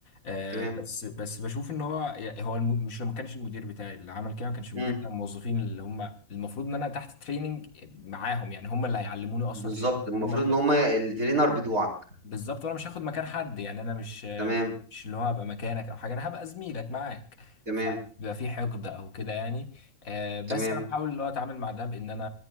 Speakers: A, on the left; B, on the right.
A: آه
B: تمام،
A: بس بس بشوف ان هو يعني هو الم- مش ما كانش المدير بتاعي اللي عمل كده ما كانش المدير
B: إمم،
A: كان الموظفين اللي هم المفروض ان انا تحت تريننج معاهم يعني هم اللي هيعلموني اصلا
B: بالضبط،
A: الشغل
B: المفروض
A: هم
B: إن هُم الtrainer بتوعك،
A: بالظبط وانا مش هاخد مكان حد يعني انا مش
B: تمام،
A: مش اللي هو هبقى مكانك او حاجه انا هبقى زميلك معاك
B: تمام،
A: فبيبقى في حقد او كده يعني آه، بس
B: تمام،
A: انا بحاول اللي هو اتعامل مع ده بان انا